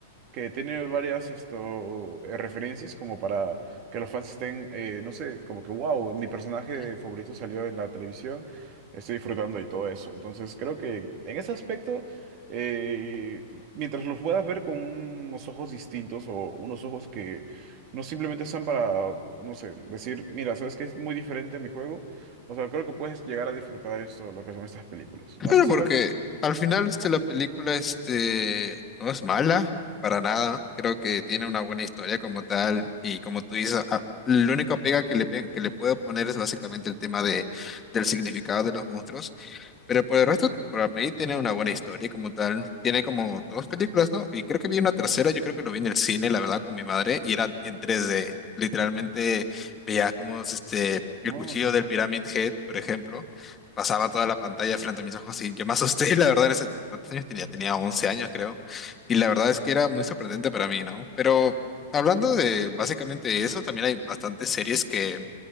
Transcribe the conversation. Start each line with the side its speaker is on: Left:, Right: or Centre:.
Right: que tiene varias esto, eh, referencias como para que los fans estén, eh, no sé, como que, wow, mi personaje
Left: ujú.
Right: favorito salió en la televisión, estoy disfrutando y todo eso. Entonces creo que en ese aspecto, eh, mientras los puedas ver con unos ojos distintos o unos ojos que no simplemente están para, no sé, decir, mira, ¿sabes qué es muy diferente a mi juego? O sea, creo que puedes llegar a disfrutar esto, lo que son estas películas.
Left: Claro,
Right: No sé si
Left: porque
Right: igual tú...
Left: al final este,
Right: Ajá.
Left: la película este, no es mala para nada. Creo que tiene una buena historia como tal. Y como tú dices, a- la única pega que le, pe- que le puedo poner es básicamente el tema de, del significado de los monstruos. Pero por el resto, para mí tiene una buena historia como tal. Tiene como dos películas, ¿no? Y creo que vi una tercera, yo creo que lo vi en el cine, la verdad, con mi madre, y era en 3D. Literalmente veía como este, el
Right: No,
Left: cuchillo
Right: claro.
Left: del Pyramid Head, por ejemplo, pasaba toda la pantalla frente a mis ojos y yo me asusté, <laughs> la verdad, en ese- ¿cuántos años tenía? Tenía 11 años, creo. Y la verdad es que era muy sorprendente para mí, ¿no? Pero hablando de básicamente eso, también hay bastantes series que